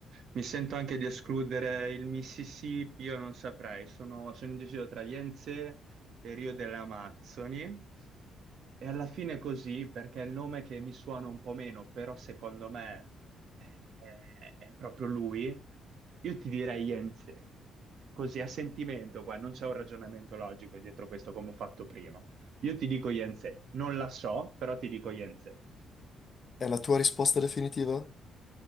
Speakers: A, on the right; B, on the left.
A: Mi sento anche di escludere il Mississippi, io non saprei, sono, sono indeciso tra Yense e Rio delle Amazzoni. E alla fine così, perché è il nome che mi suona un po' meno, però secondo me è, è- è proprio lui, io ti direi Yense. Così a sentimento qua, non c'è un ragionamento logico dietro questo come ho fatto prima. Io ti dico Yense, non la so, però ti dico Yense.
B: È la tua risposta definitiva?